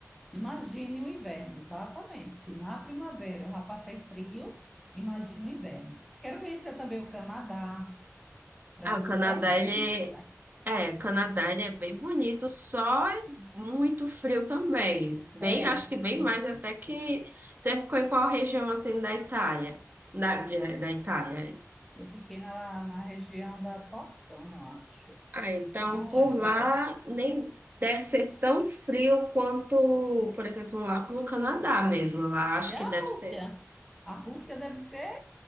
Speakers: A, in the centre; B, on the right.
A: Imagine o inverno, exatamente. Se na primavera eu já passei frio, imagine o inverno. Quero conhecer também o Canadá, França,
B: Ah, o Canadá,
A: eu acho que
B: ele,
A: tem muito lugar.
B: É, Canadá ele é bem bonito, só é muito frio também. Bem,
A: É,
B: acho que bem
A: muito.
B: mais até que você ficou em qual região assim da Itália? Da, de- da Itália. é.
A: Eu fiquei na, na região da Toscana, eu acho.
B: Ah, então
A: Não
B: por
A: lembro,
B: lá
A: é.
B: nem deve ser tão frio quanto, por exemplo, lá pelo Canadá mesmo. Lá acho
A: E
B: que
A: a
B: deve
A: Rússia?
B: ser,
A: A Rússia deve ser,